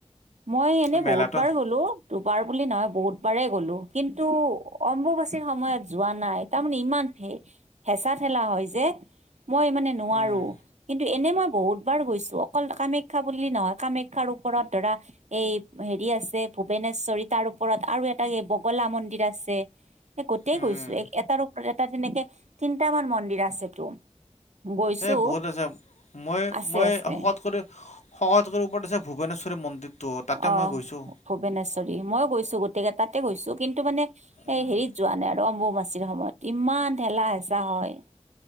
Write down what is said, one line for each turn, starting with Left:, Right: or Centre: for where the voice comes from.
Right: মই এনেই
Left: মেলাটো
Right: বহুত বাৰ গ'লো। দুবাৰ বুলি নহয় বহুতবাৰে গ'লো, কিন্তু অম্বুবাচীৰ সময়ত যোৱা নাই তাৰমানে ইমান হে হেঁচা ঠেলা হয় যে। মই মানে নোৱাৰোঁ,
Left: উম,
Right: কিন্তু এনে মই বহুতবাৰ গৈছোঁ অকল কামে কা বুলি নহয় কামাখ্যাৰ ওপৰত ধৰা এই হেৰি আছে ভূৱনেশ্বৰী, তাৰ ওপৰত আৰু এটা এই বগলা মন্দিৰ আছে। এ গোতেই
Left: উম,
Right: গৈছো এ এটাৰ ওপৰত এটা তেনেকে তিনটামান মন্দিৰ আছেতো। গৈছো
Left: এই বহুত আছে, মই
Right: আছে
Left: মই
Right: আছে
Left: শকত কৰি শকত কৰি ওপৰত আছে ভূৱনেশ্বৰ মন্দিৰটো তাতে
Right: অ',
Left: মই গৈছোঁ।
Right: ভূৱনেশ্বৰী মই গৈছো গোটেই কেইটাতে গৈছো কিন্তু মানে সেই
Left: উম,
Right: হেৰিত যোৱা নাই আৰু অম্বুবাচিৰ সময়ত, ইমান ঢেলা হেঁচা হয়!